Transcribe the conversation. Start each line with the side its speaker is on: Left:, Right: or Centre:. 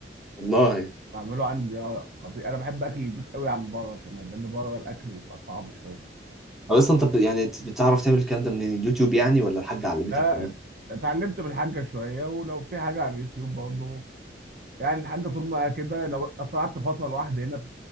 Centre: والله
Right: بعمله عندي اه خطير انا بحب اكل البيت قوي عن بره كمان لان بره الاكل بيبقى صعب شويه مت-
Centre: أو اصلا انت بت- يعني بت- بتعرف تعمل الكلام ده منين؟ اليوتيوب يعني ولا الحاجه علمتك
Right: آه،
Centre: ولا انت؟
Right: اتعلمت من الحاجه شويه ولو في حاجه على اليوتيوب برضه يعني الحاجه طول ما كده لو أصل قعدت فتره لوحدي هنا في